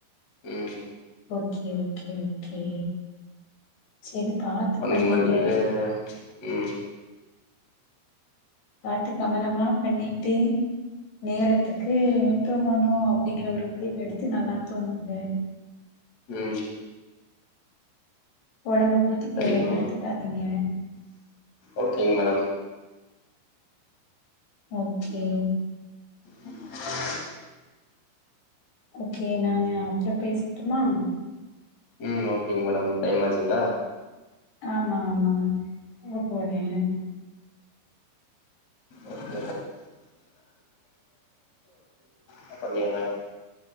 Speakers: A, on the left (about 45°); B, on the left (about 70°).
A: உம்
B: ஓகே ஓகே ஓகே சரி பாத்து
A: ஒண்ணன்
B: பண்ணுங்க
A: மாிர வந்து உம்
B: பாத்து கவமனமா பண்ணி ட்ட நேரத்துக்கு தூங்கணும் இங்க ஒரு அப்படி எடுத்து நல்லா தூங்குது
A: உம்
B: உடம்பு பஊத்திக்கு
A: சரிங்க
B: கெடுத்துக்காதீங்க
A: ஓகேங்க மேடம்
B: ஓகே
A: உம்
B: ஓகே நான் அப்புறம் பேசட்டுமா
A: ம் ஓகேங்க மேடம் டைம் ஆச்சுங்களா
B: ஆமா ஆ ஆமா எங்க போறேங்க
A: ண்ணஓ ந பண்ணிறேன்